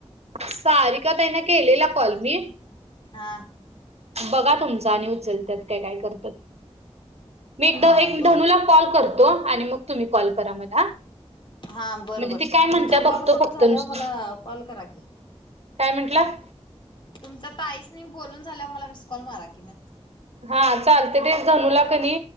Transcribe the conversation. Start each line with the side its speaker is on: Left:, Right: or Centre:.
Right: सारीका ताई ना केलेला कॉल मी
Left: हा
Right: बघा तुमचा आणि उचलतात काय काय करतात मी एकदा
Left: हा
Right: एक
Left: बर
Right: धनूला कॉल करतो आणि मग तुम्ही कॉल करा मला
Left: हा बरं
Right: म्हणजे
Left: बर
Right: ती काय म्हणत्या
Left: तुमचा कॉल
Right: बघतो
Left: करून
Right: फक्त
Left: झाले
Right: नुसतं
Left: हो मला कॉल करा की
Right: काय म्हंटलं
Left: तुमच ताईसनी बोलून झाल्यावर मला मिसकॉल मारा की म
Right: हा चालते तेच धनूला कनी